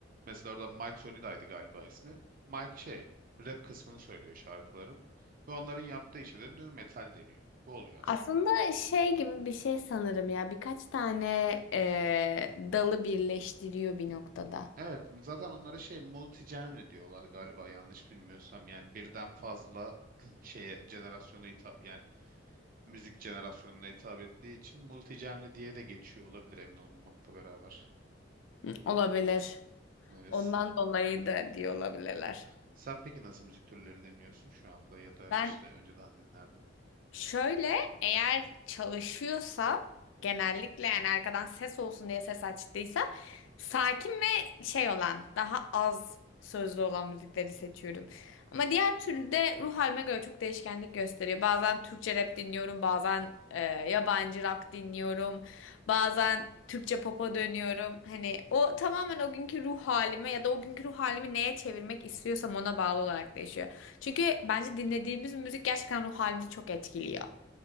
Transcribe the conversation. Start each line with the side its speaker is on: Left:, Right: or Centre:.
Right: mesela orada Mike Sonida'ydı galiba ismi. Mike şey rap kısmını söylüyor şarkıların ve onların yaptığı işe de nu metal deniyor. Bu oluyor aslında.
Left: Aslında şey gibi bir şey sanırım ya. Birkaç tane eee, dalı birleştiriyor bir noktada.
Right: Evet, zaten onlara şey multi-genre diyorlar galiba yanlış bilmiyorsam. Yani birden fazla <clears throat> şeye jenerasyona hitap yani müzik jenerasyonuna hitap ettiği için multi-genre diye de geçiyor olabilir emin olmamakla beraber.
Left: Hı, Olabilir.
Right: Öyle.
Left: Ondan dolayı da diyor olabilirler.
Right: Hı hı. Sen peki nasıl müzik türleri dinliyorsun şu anda ya da
Left: Ben
Right: işte önceden dinlerdin?
Left: Şöyle eğer çalışıyorsa genellikle yani arkadan ses olsun diye ses açtıysa sakin ve şey olan daha az sözlü olan müzikleri seçiyorum. Ama diğer türlü de ruh halime göre çok değişkenlik gösteriyor. Bazen Türkçe rap dinliyorum, bazen e, yabancı rock dinliyorum, bazen Türkçe pop'a dönüyorum. Hani o tamamen o günkü ruh halime ya da o günkü ruh halimi neye çevirmek istiyorsam ona bağlı olarak değişiyor. Çünkü bence dinlediğimiz müzik gerçekten ruh halimizi çok etkiliyor.